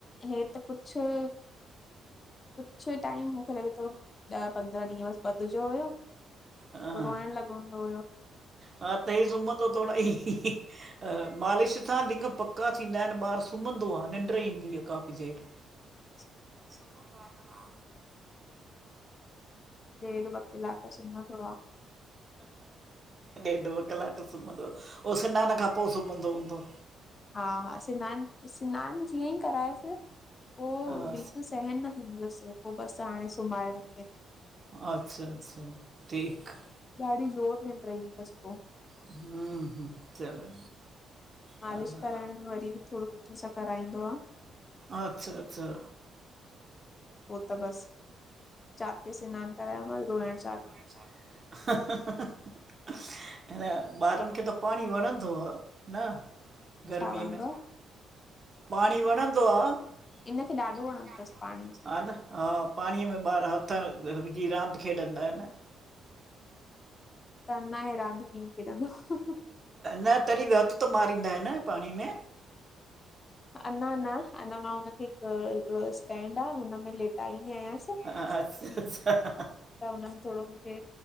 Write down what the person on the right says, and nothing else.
हा
हा, त हे सुमंदो थोड़ई। मालिश सां, लिंॻ पका थींदा आएन, ॿार सुमंदो आ, निंड्र ईंदी आ काफ़ी देर
सुमंदो आ न, हा।
ॾेढ ॿ कलाक सुमंदो ओ सिनान खां पो सुमंदो हूंदो?
हा
अच्छा अच्छा ठीक।
हं हं चलो।
अ,
अच्छा अच्छा।
हं ॿारनि खे त पाणी वणंदो आ न गर्मीअ
में।
पाणी वणंदो आ। हिन
खे ॾाढो‌
वणंदो
तस। ह न हा पाणीअ में ॿार हथ विझी रांदि खेॾंदा आहिन न।
न तॾहिं बि हथ त मारींदा आहिन पाणी में? अ,
हा अच्छा अच्छा।